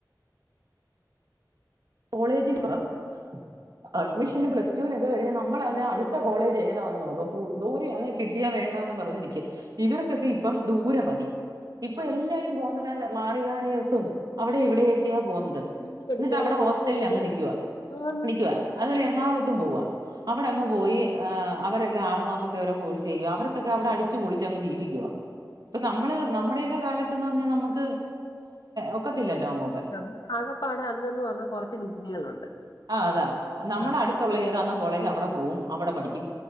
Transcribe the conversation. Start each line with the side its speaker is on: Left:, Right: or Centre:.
Right: കോളേജിൽ <unintelligible> അഡ്മിഷന് പ്ലസ് ടുവിനൊക്കെ കഴിഞ്ഞാൽ നമ്മൾ ആണെ അടുത്ത കോളേജ് ഏതാ നോക്കും ദൂരെയാണേൽ കിട്ടിയ വേണ്ടന്ന് പറഞ്ഞ് നിക്കും ഇവർക്കൊക്കെ ഇപ്പം ദൂരെ മതി ഇപ്പൊ എല്ലാരും പോന്നത് മാറിമാനേഴ്സും അവിടെ ഇവിടെയൊക്കെയാ പോകുന്നത്
Left: നിന്ന് പഠിക്കാന
Right: എന്നിട്ട് അവിടെ
Left: ഹോസ്റ്റലിലും
Right: ഹോസ്റ്റലിൽ അങ്ങ് നിക്കുവാ
Left: ആണ്
Right: നിക്കുവാ അതുപോലെ എറണാകുളത്തും പോവാ അവിടെ അങ്ങ് പോയി അ അവരൊക്കെ ആറു മാസത്തെരെ കോഴസ് ചെയ്യ അവർക്കൊക്കെ അവിടെ അടിച്ച്പൊളിച്ചങ്ങ് ജീവിക്കുവ ഇപ്പൊ നമ്മള് നമ്മുടെയൊക്കെ കാലത്ത്ന്ന് പറഞ്ഞാൽ നമുക്ക് ഒക്കത്തില്ലല്ലോ അങ്ങോട്ട്
Left: നമുക്ക് ആകപ്പാടെ അന്നന്ന് പറഞ്ഞാ കൊറച്ച് ഡിഗ്രികളുണ്ട്
Right: ആഹ് അതാ നമ്മള
Left: ആ
Right: അടുത്തുള്ള ഏതാണോ കോളേജ് അവിടെ പോവും അവിടെ പഠിക്കും.